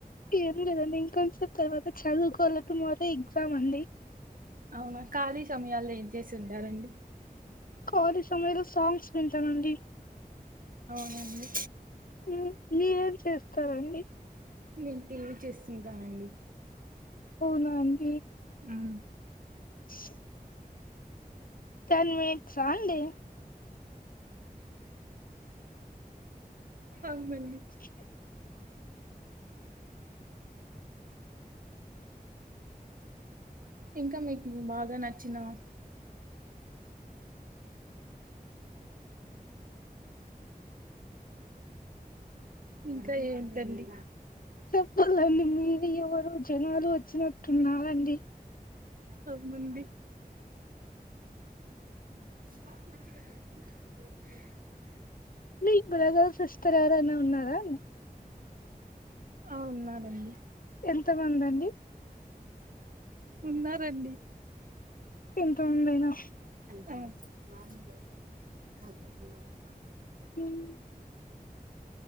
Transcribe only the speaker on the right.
అవునా ఖాళీ సమయాల్లో ఏం చేసి ఉంటారండి
అవునా అండి
నేన్ టీవీ చూస్తుంటానండి
ఊమ్
అమ్మాల్
ఇంకా మీకు బాగా నట్ చిన్నవ ఇంకా ఏంటండి
అవునండి <unintelligible>
ఆ ఉన్నారండి
ఉన్నారండి
అ బా జరిద <unintelligible>